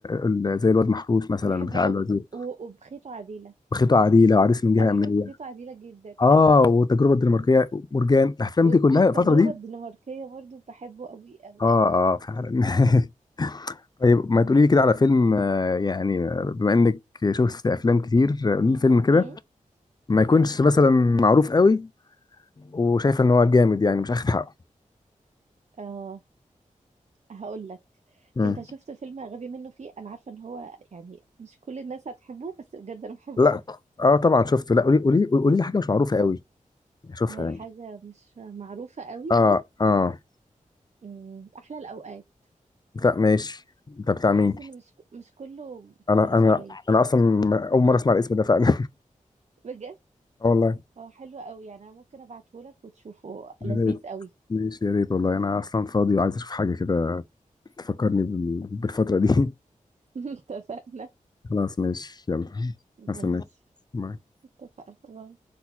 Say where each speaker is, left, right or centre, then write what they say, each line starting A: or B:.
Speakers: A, on the left; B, on the right.
A: ال- ال- زي الواد محروس مثلا
B: بحب
A: بتاع
B: قوي
A: الوزير
B: و- وبخيت وعديلة
A: وخيطه عديله وعريس من جهه
B: انا بحب
A: امنيه
B: بخيت وعديلة جدا
A: اه والتجربه الدنماركيه مرجان الافلام
B: والتجربة
A: دي كلها الفتره دي
B: الدنماركية برضو بحبه قوي قوي
A: اه اه فعلا <laughs> طيب ما تقولي لي كده على فيلم آه، يعني آه، بما انك شفت افلام كتير آه، قولي لي فيلم كده
B: امم
A: ما يكونش
B: اه
A: مثلا معروف قوي وشايفه ان هو جامد يعني مش اخد حقه
B: اه هقول لك
A: مم.
B: انت شفت فيلم غبي منه فيه انا عارفه ان هو يعني مش كل الناس هتحبه بس بجد انا بحبه
A: لا
B: قوي
A: اه طبعا شفته لا قولي قولي قولي لي حاجه مش معروفه قوي اشوفها
B: آه،
A: يعني
B: حاجه مش معروفه قوي
A: اه اه
B: أمم، احلى الاوقات
A: لا ماشي ده بتاع
B: بحس
A: مين
B: ان مش مش كله بيتفرج
A: انا انا
B: عليه
A: انا اصلا ما- اول مره اسمع الاسم ده فعلا
B: بجد
A: <laughs> اه والله
B: هو حلو قوي يعني انا ممكن ابعته لك وتشوفه
A: يا
B: لذيذ
A: ريت
B: قوي
A: ماشي يا ريت والله انا اصلا فاضي وعايز اشوف حاجه كده تفكرني بال- بالفتره دي <laughs>
B: <laughs> اتفقنا
A: خلاص ماشي يلا هستناك
B: ماشي اتفقنا باي